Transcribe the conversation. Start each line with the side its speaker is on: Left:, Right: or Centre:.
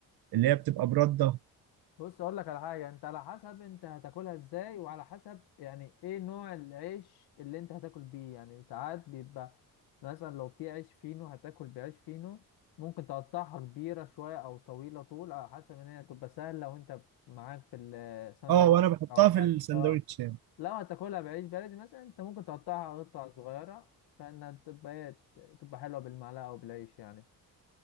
Right: اللي هي بتبقى برده
Left: بص اقول لك على حاجه انت على حسب انت هتاكلها ازاي وعلى حسب يعني ايه نوع العيش اللي انت هتاكل بيه يعني ساعات بيبقى مثلا لو في عيش فينو هتاكل بعيش فينو ممكن تقطعها كبيره شويه او طويله طول على حسب ان هي تبقى سهله وانت معاك في الساندوتش
Right: اه وانا بحطها
Left: او حاجه
Right: في الساندوتش
Left: اه
Right: يعني
Left: لو هتاكلها بعيش بلدي مثلا انت ممكن تقطعها قطع صغيره فانها تبقى إيه، تبقى حلوه بالمعلقه او بالعيش يعني